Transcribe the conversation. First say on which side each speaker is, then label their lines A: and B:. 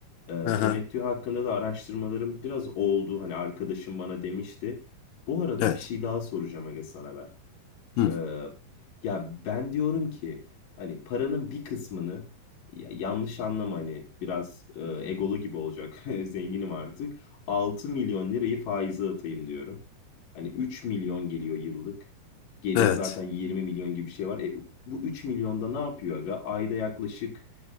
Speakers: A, on the left; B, on the left.
A: E,
B: Hı
A: temettü
B: hı.
A: hakkında da araştırmalarım biraz oldu. Hani arkadaşım bana demişti. Bu arada
B: Evet.
A: bir şey daha soracağım Aga sana ben.
B: Hı.
A: Ee, ya ben diyorum ki hani paranın bir kısmını ya yanlış anlama hani biraz e, egolu gibi olacak <laughs> zenginim artık 6 milyon lirayı faize atayım diyorum. Hani 3 milyon geliyor yıllık. Geriye
B: Evet.
A: zaten 20 milyon gibi bir şey var. E, bu 3 milyonda ne yapıyor aga? Ayda yaklaşık